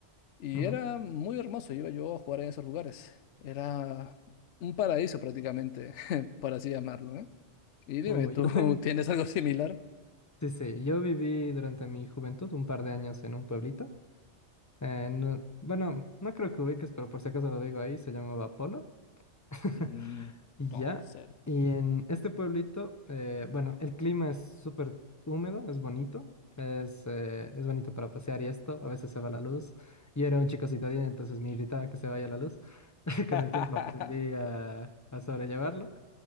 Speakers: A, on the left; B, on the left.
A: y
B: ujú.
A: era muy hermoso, iba yo a jugar en esos lugares, era un paraíso prácticamente, <laughs> por así llamarlo, ¿eh? Y dime,
B: Oh,
A: ¿tú
B: yo tengo...
A: <laughs> tienes algo similar?
B: sí, sí, yo viví durante mi juventud un par de años en un pueblito. Eh, no- bueno, no creo que ubiques, pero por si acaso lo digo ahí, se llamaba Polo. <laughs>
A: Mm, no,
B: Y ya,
A: sé.
B: y en este pueblito, eh, bueno, el clima es súper húmedo, es bonito, es, eh, es bonito para pasear y esto, a veces se va la luz. Yo era un chico citadino, entonces me irritaba que se vaya la luz. <laughs> Con
A: <laughs>
B: el tiempo aprendí a, a sobrellevarlo.